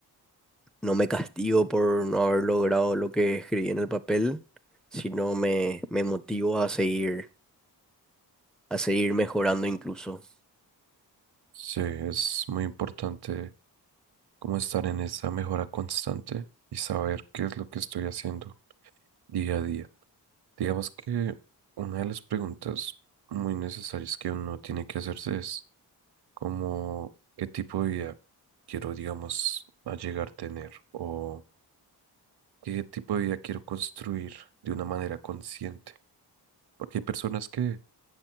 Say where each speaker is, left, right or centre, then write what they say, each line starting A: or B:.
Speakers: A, in the centre; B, on the right.
A: no me castigo por no haber logrado lo que escribí en el papel, sino me, me motivo a seguir a seguir mejorando incluso.
B: Sí, es muy importante como estar en esa mejora constante y saber qué es lo que estoy haciendo día a día. Digamos que una de las preguntas muy necesarias que uno tiene que hacerse es como qué tipo de vida quiero, digamos, a llegar a tener o qué tipo de vida quiero construir de una manera consciente. Porque hay personas que